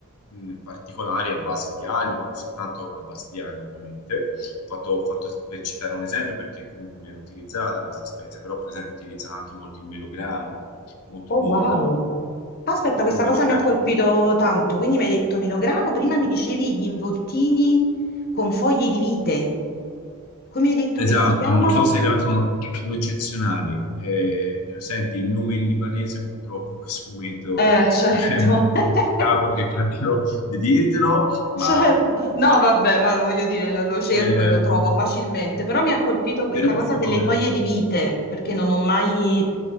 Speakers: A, on the left; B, on the left.
A: mh, particolari a base di aglio, ma non soltanto a base di aglio, ovviamente. Fatto, fatto per citare un esempio, perché comunque viene utilizzata questa spezia, però per esempio utilizzano anche molto il melograno, molto
B: Oh
A: buono.
B: wow. Aspetta, questa
A: Il melograno.
B: cosa mi ha colpito tanto, quindi mi hai detto melograno, prima mi dicevi gli involtini con foglie di vite, come hai detto
A: Esatto,
B: che si chiamano?
A: non so se le- sono, sono eccezionali. Eh, senti, il nome in libanese purtroppo in questo momento
B: Eh, certo.
A: mi è molto
B: <laughs>
A: complicato di, di dirtelo, ma
B: Certo, no,
A: cioè,
B: vabbè, ma voglio dire, lo, lo cerco
A: ehm,
B: e lo trovo facilmente, però mi ha colpito questa
A: Però
B: cosa
A: sono-
B: delle foglie di vite, perché non ho mai,